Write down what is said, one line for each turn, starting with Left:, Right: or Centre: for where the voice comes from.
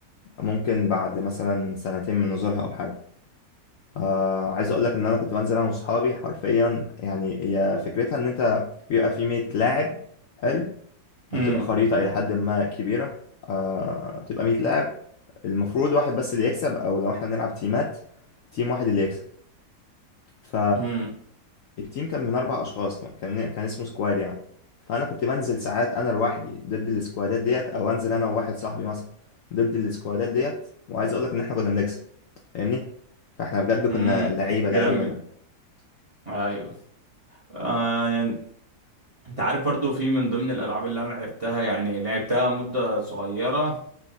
Left: ممكن بعد مثلا سنتين من نزولها أو حاجة آه عايز أقول لك إن أنا كنت بنزل أنا وصحابي حرفيا يعني هي فكرتها إن أنت بيبقى في 100 لاعب حلو بتبقى
Right: امم
Left: خريطة إلى حد ما كبيرة آه بتبقى 100 لاعب المفروض واحد بس اللي يكسب أو لو إحنا بنلعب تيمات تيم واحد اللي يكسب ف
Right: امم
Left: التيم كان من اربع اشخاص كان كان كان اسمه سكواد يعني فانا كنت بنزل ساعات انا لوحدي ضد السكوادات ديت او انزل انا وواحد صاحبي مثلا ضد السكوادات ديت وعايز اقول لك ان احنا كنا بنكسب فاهمني فاحنا بجد كنا
Right: امم
Left: لعيبه لعيبه
Right: جامد
Left: يعني
Right: ايوه آه يعني انت عارف برضو في من ضمن الالعاب اللي انا لعبتها يعني لعبتها مدة صغيرة